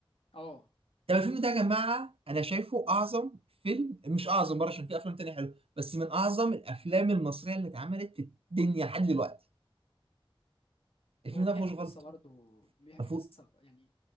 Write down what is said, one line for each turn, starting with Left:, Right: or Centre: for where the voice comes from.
Left: اه
Right: طب الفيلم ده يا جماعة أنا شايفه أعظم فيلم مش أعظم بره عشان في أفلام تانية حلوة بس من أعظم الأفلام المصرية اللي اتعملت في الدنيا لحد دلوقتي الفيلم
Left: هو بيحكي
Right: ده ما فيهوش
Left: قصة
Right: غلطة
Left: برضه بيحكي
Right: ما فيه
Left: قصة يعني